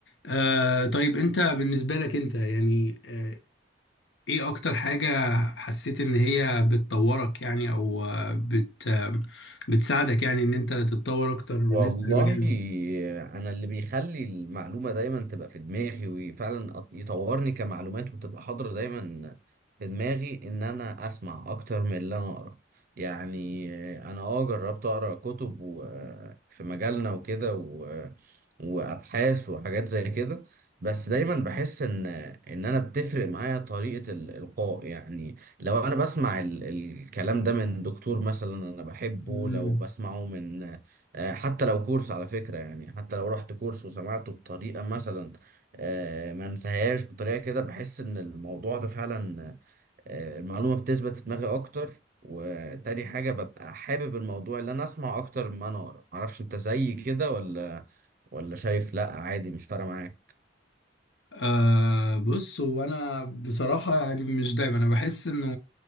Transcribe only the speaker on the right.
والله
انا اللي بيخلي المعلومه دايما تبقى في دماغي وفعلا أط- يطورني كمعلومات وتبقى حاضره دايما في دماغي ان انا اسمع اكتر من اللي انا اقرا يعني انا اه جربت اقرا كتب و- في مجالنا وكده و- وابحاث وحاجات زي كده بس دايما بحس ان ان انا بتفرق معايا طريقه الالقاء يعني لو انا بسمع ال- الكلام ده من دكتور مثلا انا بحبه
لو بسمعه من آه، حتى لو كورس على فكرة يعني حتى لو رحت كورس وسمعته بطريقة مثلا آه، ما انساهاش بطريقة كده بحس ان الموضوع ده فعلا آه، المعلومة بتثبت في دماغي اكتر وتاني حاجة ببقى حابب الموضوع اللي انا اسمع اكتر ما انا اقرا معرفش انت زي كده ولا ولا شايف لا عادي مش فارقة معاك